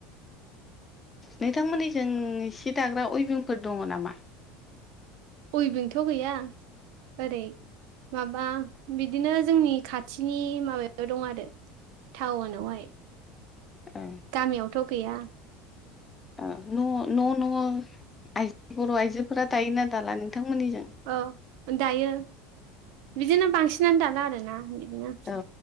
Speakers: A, on the left; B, on the right.
A: नोंथांमोननिजों सि दाग्रा अयभिंफोर दङ नामा?
B: उइभिंथ' गैया। ओरै माबा बिदिनो जोंनि खाथिनि माबायाव दं आरो। टाउनावहाय।
A: औ
B: गामियावथ' गैया।
A: ओ न' न' न' आइजो बर' आइजोफोरा दायोना दाला नोंथांमोननि जों?
B: औ दायो बिदिनो बांसिनानो दाला आरोना बिदिनो
A: औ